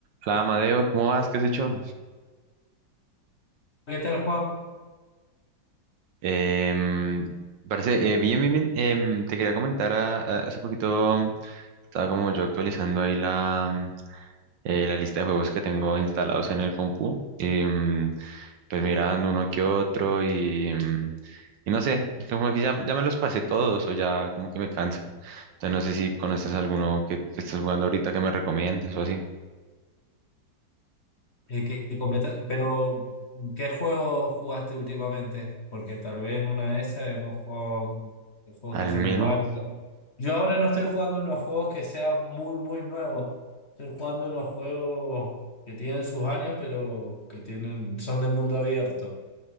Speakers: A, on the right (about 70°); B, on the left (about 40°).
A: Hola, Amadeo, ¿cómo vas? ¿Qué has hecho?
B: ¿Qué tal, Juan?
A: Em, parece, eh, bien, bien, bien. Em, te quería comentar, ah, ah, hace poquito mm, estaba como yo actualizando ahí la, mm, eh, la lista de juegos que tengo instalados en el compu. Y, mm, pues mirando uno que otro y, mm, y no sé, como que ya, ya me los pasé todos o ya como que me cansan. Entonces no sé si conoces alguno que, que estés jugando ahorita que me recomiendes o así.
B: Eh, que- que completa- Pero, ¿qué juego jugaste últimamente? Porque tal vez en una de esas hemos jugado juegos
A: ¿Al
B: que son
A: mismo?
B: iguales. Yo ahora no estoy jugando unos juegos que sean muy, muy nuevos. Estoy jugando unos juegos que tienen sus años, pero que tienen, son de mundo abierto.